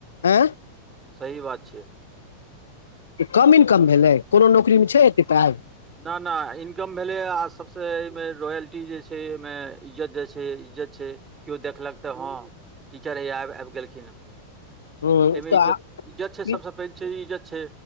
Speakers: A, on the left (about 65°); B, on the right (about 20°).
A: आ।
B: सही बात छै।
A: कम इनकम भेलै? कोनो नौकरीमे छै एत्ते पाइ?
B: ना-ना इनकम भेलै, आ सभसँ एहिमे रॉयल्टी जे छै एहिमे इज्जत जाइ छै, इज्जत छै। केओ देखलक तऽ हँ, टीचर हैया आबि-आबि गेलखिन हं। एहिमे
A: हँ तऽ
B: इज्जत इज्जत छै,
A: ई
B: सबसे पैघ छै, इज्जत छै।